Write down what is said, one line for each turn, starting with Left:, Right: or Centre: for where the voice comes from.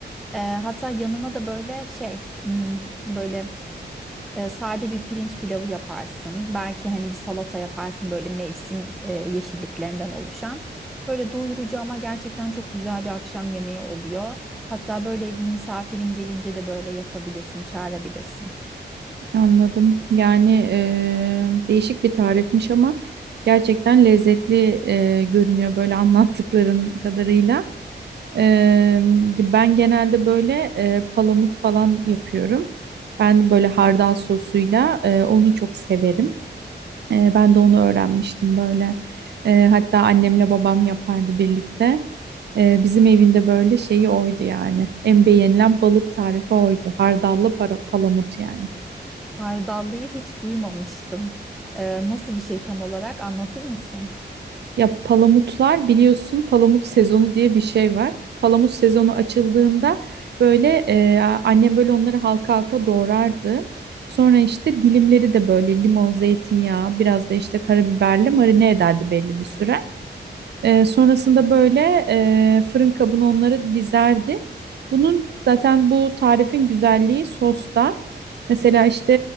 Centre: Ee, hatta yanına da böyle şey hmm, böyle. E, sade bir pirinç pilavı yaparsın. Belki hani bir salata yaparsın böyle mevsim e, yeşilliklerinden oluşan. Böyle doyurucu ama gerçekten çok güzel bir akşam yemeği oluyor. Hatta böyle bir misafirin gelince de böyle yapabilirsin, çağırabilirsin.
Right: Anladım. Yani eee, değişik bir tarifmiş ama gerçekten lezzetli eee, görünüyor böyle anlattıkların kadarıyla. Eee, ben genelde böyle eee, palamut falan yapıyorum. Ben böyle hardal sosuyla eee, onu çok severim. Ee, ben de onu öğrenmiştim böyle. Ee, hatta annemle babam yapardı birlikte. Ee, bizim evinde böyle şeyi oydu yani. En beğenilen balık tarifi oydu. Hardallı para, palamut yani.
Centre: Hardallıyı hiç duymamıştım. E, nasıl bir şey tam olarak anlatır mısın?
Right: Ya palamutlar biliyorsun palamut sezonu diye bir şey var. Palamut sezonu açıldığında böyle e, annem böyle onları halka halka doğrardı. Sonra işte dilimleri de böyle limon, zeytinyağı, biraz da işte karabiberle marine ederdi belli bir süre. Ee, sonrasında böyle e, fırın kabına onları dizerdi. Bunun zaten bu tarifin güzelliği sosta. Mesela işte